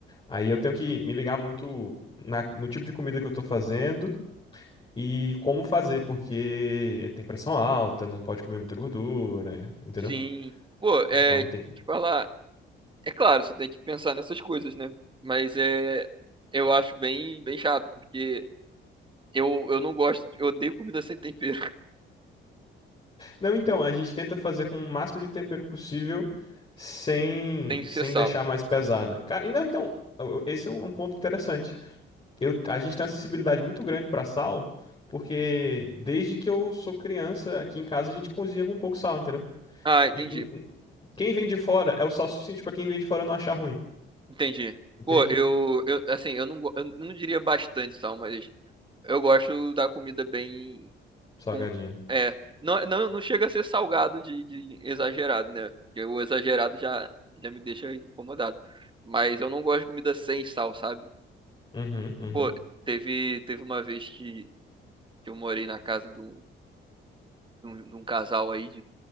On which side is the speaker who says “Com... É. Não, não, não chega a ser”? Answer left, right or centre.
Right